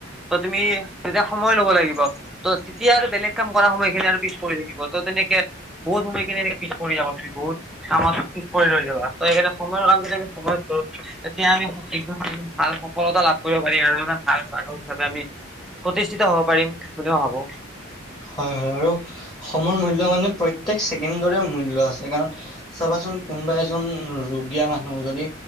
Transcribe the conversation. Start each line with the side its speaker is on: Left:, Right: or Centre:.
Centre: ত তুমি তেতিয়া সময় ল'ব লাগিব। ত' তেতিয়া আৰু বেলেগ কাম কৰা সময়খিনি আৰু পিছ পৰি থাকিব। ত' তেনেকে বহুত সময় খিনি এনেকে পিছ পৰি যাবা তুমি, বহুত কামত পিছ পৰি ৰৈ যাবা। ত' সেইকাৰণে সময়ৰ কাম যদি সময়ত কৰো তেতিয়া আমি সঠিকভাবে ভাল সফলতা লাভ কৰিব পাৰিম আৰু ভাল মানুহ হিচাপে আমি প্ৰতিষ্ঠিত হব পাৰিম বুলি মই ভাবো
Left: হয় হয় আৰু সময় মূল্য মানে প্ৰত্যেক ছেকেণ্ডৰে মূল্য আছে কাৰণ চাবাচোন কোনোবা এজন ৰুগীয়া মানুহ যদি